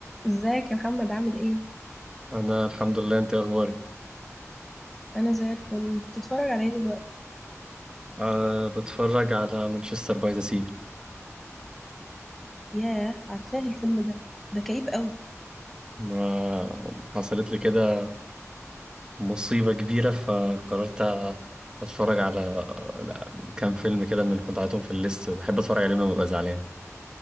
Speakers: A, in the centre; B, on the right.
A: ازيك يا محمد عامل ايه
B: انا الحمد لله انت إيه اخبارك
A: انا زي الفل انت بتتفرج على ايه دلوقتي
B: أه بتفرج على مانشستر باي ذا سي
A: ياه عارفاه الفيلم ده ده كئيب قوي
B: ما حصلت لي كده مصيبة كبيرة فقررت اتفرج على لا كام فيلم كده من اللي كنت عايزهم في الليست وبحب اتفرج عليهم لما ببقى زعلان